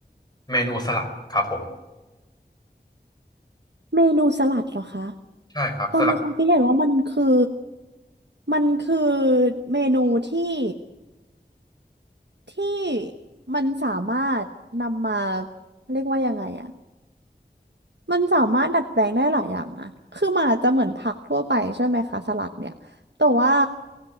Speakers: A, on the left (about 25°); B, on the right (about 80°).
A: เมนูสลัดครับผม
B: เมนูสลัดเหรอคะ
A: ใช่ครับสลัด
B: ตอนมีความคิดเห็นว่ามันคือมันคือเมนูที่ที่มันสามารถนำมาเรียกว่ายังไงอะมันสามารถดัดแปลงได้หลายอย่างนะคือมันอาจจะเหมือนผักทั่วไปใช่ไหมคะสลัดเนี่ยแต่ว่า